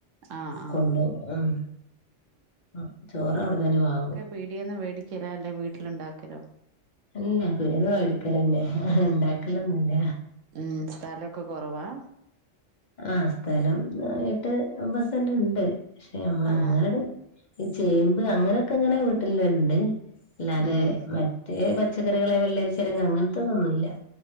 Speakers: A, on the right; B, on the left.
A: ആഹ് ആഹ്
B: കൊണ്ടോവും ഉം ചോറ് അവിടെ തന്നെ വാങ്ങും
A: പീടിയന്ന് മേടിക്കലോ അല്ലെ വീട്ടിൽ ഉണ്ടാക്കലോ
B: അല്ല പിടിയന്നു മേടി ക്കലന്നെ അ ഉണ്ടാക്കലൊന്നല്ല
A: ഉം സ്ഥലംഒക്കെ കുറവാ
B: ആ സ്ഥലം എട്ട് ഒമ്പത് സെന്റ് ഉണ്ട് പക്ഷെ നമ്മള
A: ആഹ്
B: അങ്ങനട് ഈ ചേമ്പ് അങ്ങനെയൊക്കെ ഇങ്ങനെ വീട്ടില് ണ്ട്. അല്ലാതെ
A: ഉം
B: മറ്റേ പച്ചക്കറികളെ വെള്ളരി ച്ചിരങ്ങ അങ്ങനത്തതൊന്നുല്ല